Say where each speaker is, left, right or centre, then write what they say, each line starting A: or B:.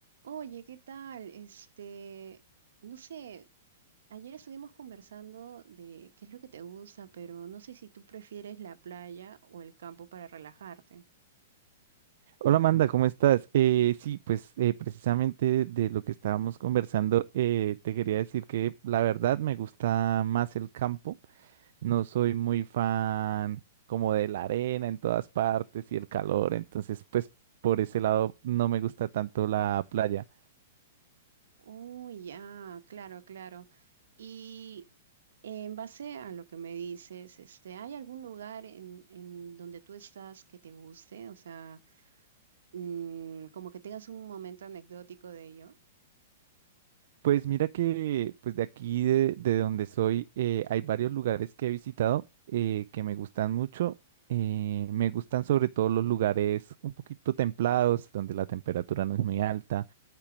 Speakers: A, on the right; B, on the right.
A: Oye, ¿qué tal? Este, no sé, ayer estuvimos conversando de qué es lo que te gusta, pero no sé si tú prefieres la playa o el campo para relajarte.
B: Hola Amanda, ¿cómo estás? Eh, sí, pues eh, precisamente de lo que estábamos conversando, eh, te quería decir que la verdad me gusta más el campo. No soy muy fan como de la arena en todas partes y el calor, entonces pues por ese lado no me gusta tanto la playa.
A: Oh, ya, claro, claro. Y en base a lo que me dices, este, ¿hay algún lugar en, en donde tú estás que te guste? O sea, mm, como que tengas un momento anecdótico de ello.
B: Pues mira que pues de aquí de, de donde soy eh, hay varios lugares que he visitado eh, que me gustan mucho. Eh, me gustan sobre todo los lugares un poquito templados, donde la temperatura no es muy alta.